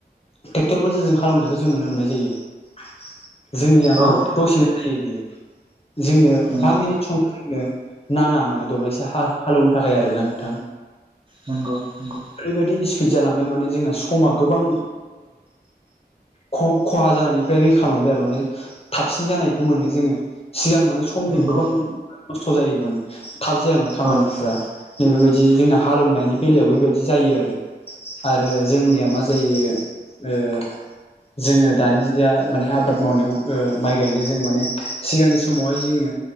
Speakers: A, on the left; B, on the right.
A: ट्रेक्टरफोरजों जों हालेवनायखौ जों नुनो मोननाय जायो। जोंनिया मा
B: औ
A: दसेनो जायो बेयो जोंनो
B: नंगौ
A: बा मिनिट समाव नो नाङा मानो दब्लायसे हा हालेवनो थाखाय आरोना नोंथां।
B: नंगौ नंगौ
A: ओरैबायदि इस्पिड जालांबाय माने जोंना समा गोबां ख-खहा जानायनिफ्राय रैखा मोनबाय आरो माने थाबसिन जानायखौ मोनो जोङो सिगां माने समनि
B: नंगौ
A: गोबां नस्थ' जायोमोन थाब जायामोन खामानिफ्रा
B: औ
A: नै बेबायदि जोंना हालोवनायनि बेलायाव बेबायदि जायो आरो आरो जोंनिया मा जायो ओ जोङो दानि जा माने आबाद मावनायाव माइ गायनो जों माने सिगांनि समावहाय जोङो